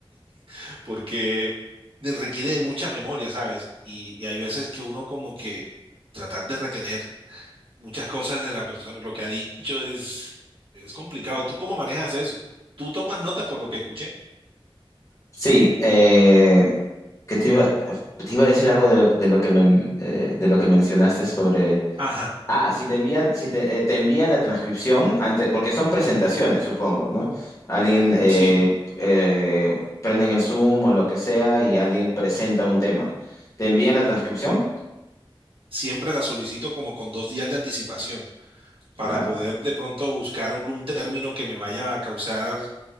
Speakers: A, on the right; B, on the left.
A: <laughs> porque requiere de mucha memoria, ¿sabes? Y, y hay veces que uno como que tratar de retener muchas cosas de la persona, lo que ha dicho es, es complicado. ¿Tú cómo manejas eso? ¿Tú tomas nota por lo que escuché?
B: Sí, eh, que te iba, te iba a decir algo de lo, de lo que me, eh, de lo que mencionaste sobre...
A: Ajá,
B: Ah, si te envían, si te, eh, te envían la transcripción antes, porque son presentaciones, supongo, ¿no? Alguien eh,
A: sí.
B: eh, prenden el Zoom o lo que sea y alguien presenta un tema. ¿Te envían la transcripción?
A: Siempre la solicito como con dos días de anticipación para
B: Claro,
A: poder de pronto buscar algún término que me vaya a causar